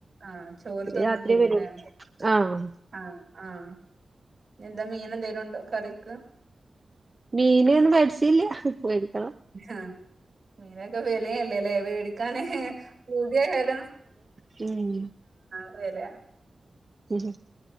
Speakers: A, on the right; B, on the right.
A: ആഹ് ചോറ്
B: പിന്ന
A: തിന്ന്
B: രാത്രിയെ
A: പോവുംല്ലേ
B: വരൂള്. ആഹ്
A: ആഹ് ആഹ് എന്താ മീനന്തെലും ഉണ്ടോ കറിക്ക്?
B: മീന് ന്നു വെടിച്ചീല്ല.
A: ആ മീനൊക്കെ വെലയല്ലല്ലേ. വീ എടിക്കാനെ പുതിയ ഏത
B: ഉം
A: അതെല്ലേ.
B: ഉം